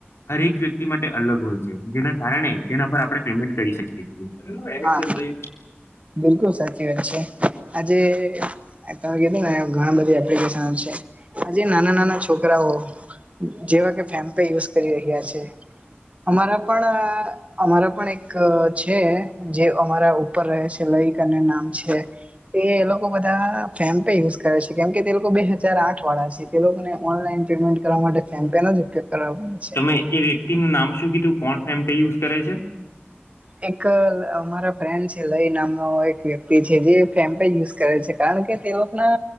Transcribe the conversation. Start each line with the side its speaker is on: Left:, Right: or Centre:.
Left: હરેક વ્યક્તિ માટે અલગ હોય છે. જેના કારણે તેના પર આપડે પેમેન્ટ કરી શકી છીએ.
Right: હા બિલકુલ સાચી વાત છે. આજે તમે કીધુંને ઘણા બધા એપ્લિકેશન હા છે. આજે નાના નાના છોકરાઓ જેવા કે ફેમ્પે યુઝ કરી રહ્યા છે. અમારા પણ અહ અમારા પણ એક છે જે અમારા ઉપર રહે છે એ લોઈક અને નામ છે. એ એ લોકો બધા ફેમપે યુઝ કરે છે. કેમ કે તે લોકો બે હજાર આઠ વાળા છે તે લોકોને ઓનલાઈન પેમેન્ટ કરવા માટે ફેમ્પેનો જ ઉપયોગ કરવા છે.
Left: નહીં એ વ્યક્તિ નું નામ શું કીધું કોણ ફેમ્પે યુઝ કરે છે?
Right: એક અમારા ફ્રેન્ડ છે લય નામનો એક વ્યક્તિ છે જે ફેમ્પે યુઝ કરે છે કારણ કે તે લોકના